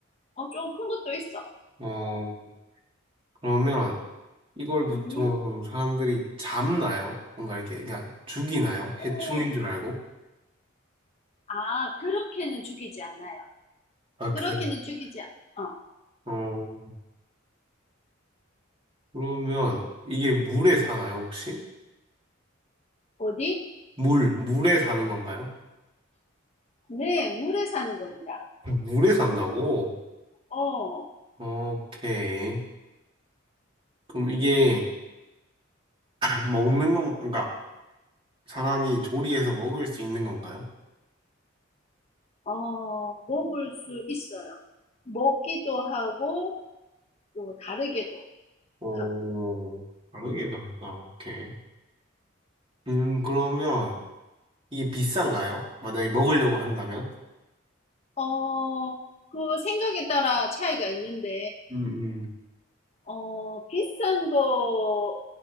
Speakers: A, on the left (about 30°); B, on the right (about 25°).
A: 어, 좀 큰 것도 있어.
B: 어, 그러면 이걸 보통
A: 음?
B: 사람들이 잡나요? 뭔가 이렇게 그냥 죽이나요?
A: 오,
B: 해충인 줄 알고?
A: 아, 그렇게는 죽이지 않아요.
B: 아,
A: 그렇게는
B: 그래.
A: 죽이지 않, 어,
B: 어, 그러면 이게 물에 사나요, 혹시?
A: 어디?
B: 물, 물에 사는 건가요?
A: 네, 물에 사는 겁니다.
B: 물에 산다고?
A: 어,
B: 오케이. 그럼 이게 <clears throat> 먹는 건, 그러니까 사람이 조리해서 먹을 수 있는 건가요?
A: 어, 먹을 수 있어요. 먹기도 하고, 또 다르게도
B: 어,
A: 하고,
B: 다르게
A: 음.
B: 간다. 오케이. 음, 그러면 이게 비싼가요? 만약에 먹으려고 한다면?
A: 어, 그 생각에 따라 차이가 있는데,
B: 음, 음.
A: 어, 비싼 거,